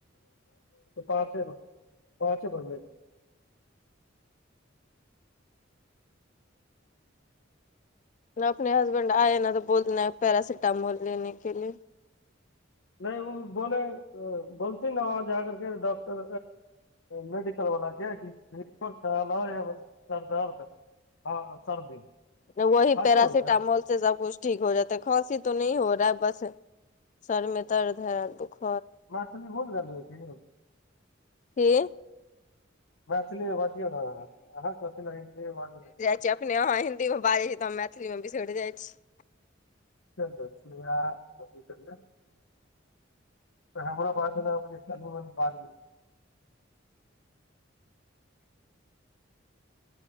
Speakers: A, on the left (about 75°); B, on the left (about 40°).
A: पाँचे भर पाँचे बनब।
B: अपने हसबैड आये नऽ तो बोल देना पैरासिटामोल लेने के लिए
A: नहि ओ बोले बोलती नऽ वहा जा करके डाॅक मेडिकल वला के कि <unintelligible> सरदर्द ह ह सर्दी
B: वही
A: खाँसी
B: पेरासिटामोल।
A: हो गया
B: उससे सभ कुछ ठीक हो जाता है खाँंसी तो नही हो रहा है बस सर में दर्द है दुख <unintelligible>
A: मैथिली भूल गेलिये कि य
B: कि
A: मैथिली मऽ बाजियो नऽ अहाॅं अहाॅं सभ ऐना हिन्दीय बाजबै
B: जे अपने अहाँ हिंन्दी मे बाजै छी तऽ हम मैथिली मे बिसरि जाइत छी
A: लक्षणिया ने। <unintelligible> हमरो बादमे बाद मे।